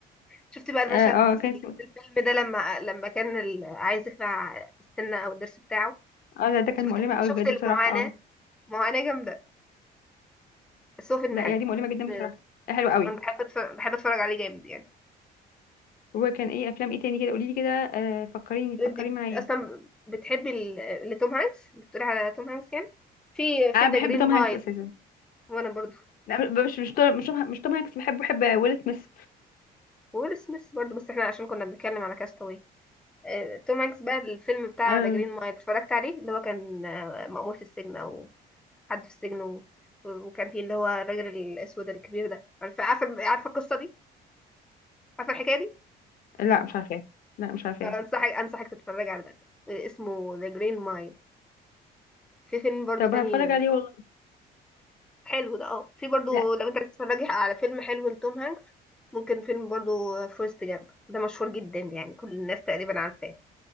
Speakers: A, in the centre; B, on the left (about 60°).
A: شفت بقى المشهد
B: اه
A: في
B: آه، كان اسمه-
A: الفيلم ده لما لما كان ال- عايز يخلع السنة او الضرس بتاعه
B: اه لا ده كان
A: شفت
B: مؤلمه قوي
A: شفت
B: بجد
A: المعاناة
B: بصراحه اه
A: معاناة جامدة بس هو فيلم
B: لا
A: حلو
B: يعني دي مؤلمه جدا بصراحه
A: آه،
B: حلوه قوي
A: انا بحب أتفرج بحب اتفرج عليه جامد يعني
B: وكان ايه افلام ايه تاني كده قولي لي كده آه فكريني
A: انت
B: فكري
A: بت...
B: معايا
A: اصلا بتحبي ال- لتوم هانكس بتقولي على توم هانكس يعني في في
B: انا
A: ذا
B: بحب
A: جرين
B: توم
A: مايل
B: هانكس اساسا
A: وانا برضو
B: لا مش مش توم مش توم مش توم هانكس بحبه بحب ويل سميث
A: وويل سميث برضو بس احنا عشان كنا بنتكلم على كاستاوي آه، توم هانكس بقى الفيلم بتاع
B: آه.
A: ذا جرين مايل اتفرجت عليه اللي هو كان آه، مأمور في السجن او حد في السجن و... وكان فيه اللي هو الراجل الاسود الكبير ده عارفه عارفه عارفه القصه دي عارفه الحكايه دي
B: لا مش عارفاه لا مش عارفاه
A: آه، انصحك انصحك تتفرج على ده آه، اسمه ذا جرين مايل في فيلم برضو
B: طب
A: تاني
B: هتفرج عليه والله
A: حلو ده اه في برضو
B: لا
A: لو انت عايز تتفرجي على فيلم حلو لتوم هانكس ممكن فيلم برضو فورست جامب ده مشهور جدا يعني كل الناس تقريبا عارفاه